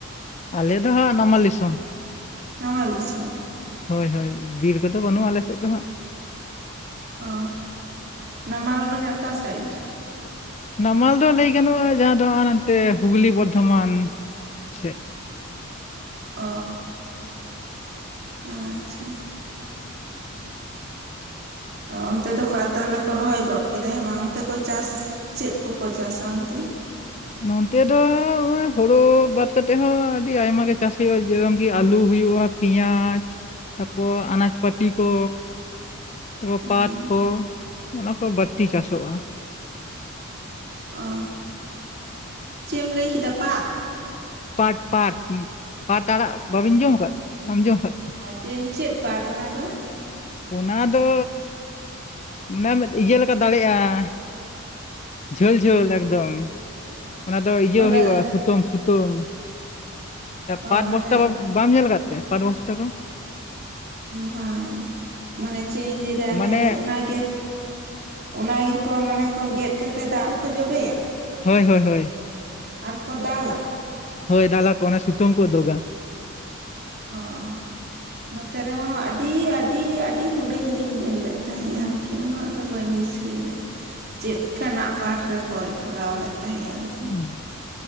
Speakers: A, on the left (about 30°); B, on the right (about 45°).
A: ᱟᱞᱮ ᱫᱚ ᱦᱟᱸᱜ ᱱᱟᱢᱟᱞ ᱫᱤᱥᱚᱢ ᱾
B: ᱱᱟᱢᱟᱞ ᱫᱤᱥᱚᱢ
A: ᱦᱳᱭ ᱦᱳᱭ ᱵᱤᱨ ᱠᱚᱫᱚ ᱵᱟᱹᱱᱩᱜᱼᱟ ᱟᱞᱮ ᱥᱮᱫ ᱫᱚ ᱦᱟᱸᱜ ᱾
B: ᱚ ᱱᱟᱢᱟᱞ ᱢᱟᱱᱮ ᱚᱠᱟ ᱥᱟᱭᱤᱰ
A: ᱱᱟᱢᱟᱞ ᱫᱚ ᱞᱟᱹᱭ ᱜᱟᱱᱚᱜᱼᱟ ᱡᱟᱦᱟᱸ ᱫᱚ ᱦᱟᱱᱛᱮ ᱦᱩᱜᱽᱞᱤ ᱵᱚᱨᱫᱷᱚᱢᱟᱱ ᱥᱮᱫ
B: ᱚ ᱟᱪᱷᱟ ᱚᱱᱛᱮ ᱫᱚᱠᱚ ᱛᱟᱦᱚᱞᱮ ᱠᱚ ᱨᱚᱦᱚᱭ ᱜᱚᱫ ᱠᱮᱫᱟ ᱵᱟᱝ ᱚᱱᱛᱮ ᱠᱚ ᱪᱟᱥ ᱪᱮᱫ ᱠᱚᱠᱚ ᱪᱟᱥᱟ ᱚᱱᱛᱮ
A: ᱱᱚᱱᱛᱮ ᱫᱚ ᱱᱚᱜᱼᱚᱭ ᱦᱳᱲᱩ ᱵᱟᱫ ᱠᱟᱛᱮ ᱦᱚᱸ ᱟᱹᱰᱤ ᱟᱭᱢᱟ ᱜᱮ ᱪᱟᱥ ᱦᱩᱭᱩᱜᱼᱟ ᱡᱮ ᱨᱚᱠᱚᱢ ᱠᱤ ᱟᱹᱞᱩ ᱦᱩᱭᱩᱜᱼᱟ ᱾ ᱯᱮᱭᱟᱡᱽ ᱛᱟᱯᱚᱨ ᱟᱱᱟᱡᱽ ᱯᱟᱹᱛᱤ ᱠᱚ ᱛᱟᱯᱚᱨ
B: ᱦᱩᱸ
A: ᱯᱟᱴ ᱠᱚ ᱚᱱᱟ ᱠᱚ ᱵᱟᱹᱲᱛᱤ ᱪᱟᱥᱚᱜᱼᱟ ᱾
B: ᱚ ᱪᱮᱫ ᱮᱢ ᱞᱟᱹᱭ ᱠᱮᱫᱟ ᱯᱟᱛ
A: ᱯᱟᱴ ᱯᱟᱴ ᱯᱟᱴ ᱟᱲᱟᱜ ᱵᱟᱵᱤᱱ ᱡᱚᱢ ᱟᱠᱟᱫ ᱵᱟᱢ ᱡᱚᱢ ᱟᱠᱟᱫ
B: ᱪᱮ ᱪᱮᱫ ᱯᱟᱴ ᱚᱱᱟ ᱫᱚ
A: ᱚᱱᱟ ᱫᱚ ᱚᱱᱮ ᱤᱭᱟᱹ ᱞᱮᱠᱟ ᱫᱟᱲᱮᱜᱼᱟ ᱾ ᱡᱷᱟᱹᱞ ᱡᱷᱟᱹᱞ ᱮᱠᱫᱚᱢ ᱚᱱᱟ ᱫᱚ ᱤᱭᱟᱹ
B: ᱚᱱᱟ
A: ᱦᱩᱭᱩᱜᱼᱟ ᱥᱩᱛᱟᱹᱢ ᱥᱩᱛᱟᱹᱢ
B: ᱚ
A: ᱯᱟᱴ
B: ᱦᱟᱱᱮ
A: ᱵᱚᱥᱛᱟ ᱵᱟᱵᱚ ᱵᱟᱢ ᱧᱮᱞ ᱟᱠᱟᱫ ᱛᱮ ᱯᱟᱴ ᱵᱚᱥᱛᱟ ᱠᱚ
B: ᱵᱟᱝ ᱢᱟᱱᱮ ᱪᱮᱫ ᱤᱧ ᱞᱟᱹᱭᱫᱟ ᱚᱱᱮ
A: ᱢᱟᱱᱮ
B: ᱚᱱᱟ ᱜᱮ ᱚᱱᱟ ᱜᱮ ᱠᱚ ᱢᱟᱱᱮ ᱠᱚ ᱜᱮᱫ ᱠᱟᱛᱮ ᱫᱟᱜ ᱨᱮᱠᱚ ᱡᱚᱵᱮᱭᱟ
A: ᱦᱳᱭ ᱦᱳᱭ ᱦᱳᱭ ᱾
B: ᱟᱨ ᱠᱚ ᱫᱟᱞᱟ
A: ᱦᱳᱭ ᱫᱟᱞᱟ ᱠᱚ ᱥᱩᱛᱟᱹᱢ ᱠᱚ ᱩᱰᱩᱜᱟ
B: ᱚᱸᱻ᱾ ᱱᱚᱛᱮ ᱨᱮᱦᱚᱸ ᱟᱹᱰᱤ ᱟᱹᱰᱤ ᱟᱹᱰᱤ ᱦᱩᱰᱤᱧ ᱨᱤᱧ ᱧᱮᱞ ᱞᱮᱫ ᱛᱟᱦᱮᱸᱜ ᱟᱨᱠᱤ ᱩᱱᱟᱹᱜ ᱫᱚ ᱵᱟᱹᱧ ᱫᱤᱥᱟᱹᱭᱮᱫᱟ ᱪᱮᱫ ᱠᱟᱱᱟᱜ ᱯᱟᱴ ᱨᱮᱠᱚ ᱠᱚᱨᱟᱣ ᱞᱮᱫ ᱛᱟᱦᱮᱸᱫ ᱟᱨᱠᱤ?
A: ᱦᱩᱸ